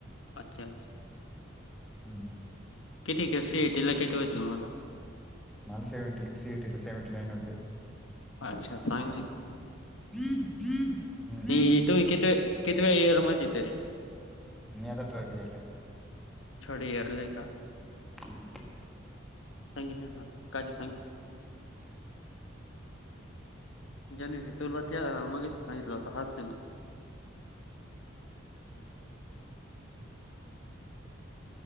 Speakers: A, on the left (about 85°); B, in the centre.
A: अच्छा अच्छा.
B: हम्म.
A: किती सिटी ला किती होते तुम्हाला?
B: मला सेवटी सी. ई. टी. ला सेवंटी नईन होते.
A: अच्छा चांगली.
B: हम्म.
A: नाही तुम्ही किती कितीव्या इयर मध्ये तरी.
B: मी आता थर्ड इयरला आहे.
A: थर्ड इयरला आहे का?
B: हम्म.
A: सांगितले ना का सां जनी तुला त्या मगे सांगितलं होता हात <unintelligible>